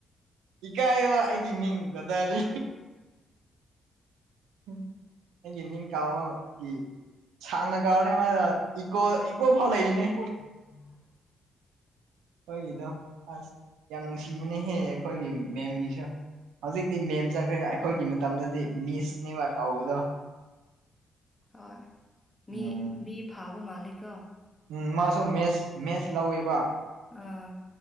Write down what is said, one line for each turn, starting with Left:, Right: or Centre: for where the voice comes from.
Right: ꯏꯀꯥꯏꯑꯕ ꯑꯩꯒꯤ ꯃꯤ ꯀꯗꯥꯔꯤ <unintelligible> ꯑꯩꯒꯤ ꯃꯤꯡ ꯀꯥꯎꯕꯒꯤ ꯆꯥꯅ <unintelligible> ꯀꯕꯅꯤ <unintelligible> ꯃꯥ ꯏꯀꯣ ꯀꯣ ꯐꯥꯎ ꯂꯩꯥꯔ‌ꯦꯅ‌ꯦ
Left: ꯑ <unintelligible>
Right: ꯑꯩꯈꯣꯏꯒꯤꯗꯣ ꯑꯁ ꯌꯥꯝ ꯅꯨꯡꯁꯤꯕꯅꯍꯦ ꯑꯩꯈꯣꯏꯒꯤ ꯃꯦꯝꯒꯤꯁꯨ ꯍꯧꯖꯤꯛꯇꯤ ꯃꯦꯝ ꯆꯠꯈ꯭ꯔꯦ ꯑꯩꯈꯣꯏꯒꯤ ꯃꯇꯝꯗꯗꯤ ꯃꯤꯁꯅꯦꯕ ꯀꯧꯕꯗꯣ
Left: ꯍꯣꯏ
Right: ꯎꯝ
Left: ꯃꯤ ꯃꯤ ꯐꯥꯕ ꯃꯥꯂꯦꯀꯣ
Right: ꯎꯝ ꯃꯥꯁꯨ ꯃꯦꯠꯁ ꯃꯦꯠꯁ ꯂꯧꯋꯦꯕ
Left: ꯑꯥ